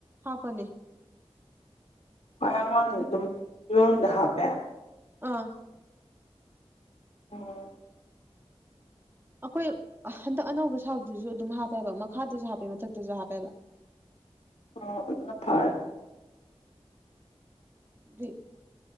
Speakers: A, on the right; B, on the left.
A: ꯍꯥꯥꯞꯄꯅꯦ
B: ꯍ꯭ꯋꯥ ꯑꯋꯥꯥꯡꯗ ꯑꯗꯨꯝ ꯌꯣꯡꯗ ꯍꯥꯞꯄꯦ <inaudible>
A: ꯑꯥ
B: ꯑꯣ
A: ꯑꯈꯣꯏ ꯍꯟꯗꯛ ꯑꯅꯧꯕ ꯁꯥꯥꯕꯗꯨꯖꯨ ꯑꯗꯨꯝ ꯍꯥꯞꯄꯦ ꯍꯥꯏꯕ ꯃꯈꯥꯗꯖꯨ ꯍꯥꯞꯄꯦ ꯃꯊꯛꯇꯖꯨ ꯍꯥꯞꯄꯦ ꯍꯥꯏꯕ
B: ꯑꯣ ꯑꯗꯨꯅ ꯐꯔꯦ
A: ꯑꯗꯨꯏ